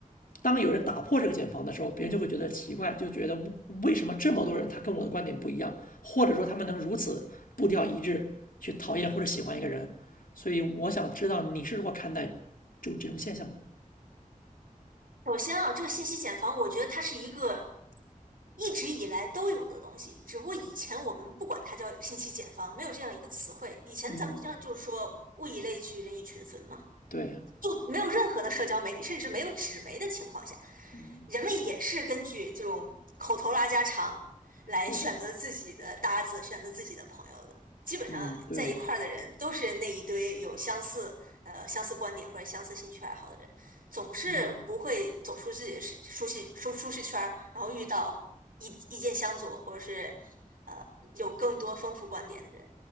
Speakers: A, on the left; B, on the right.
A: 当有人打破这个茧房的时候，别人就会觉得奇怪，就觉得为什么这么多人他跟我的观点不一样，或者说他们能如此步调一致去讨厌或者喜欢一个人。所以我想知道你是如何看待就这种现象的。
B: 首先啊，这个信息茧房，我觉得它是一个一直以来都有的东西，只不过以前我们不管它叫信息茧房，没有这样一个词汇。以前咱们经常就是说物以类聚，
A: 嗯，
B: 人以群分嘛。
A: 对，
B: 就没有任何的社交媒体，甚至没有纸媒的情况下，
A: 嗯，
B: 人们也是根据这种口头拉家常来选择自己的搭子，
A: 对，
B: 选择自己的朋友的。基本上在一块儿的人都是那一堆有相似呃相似观点或者相似兴趣爱好的人，
A: 嗯，对，
B: 总是不会走出自己的舒舒适舒舒适圈儿，
A: 嗯，
B: 然后遇到意意见相左或者是呃有更多丰富观点的人，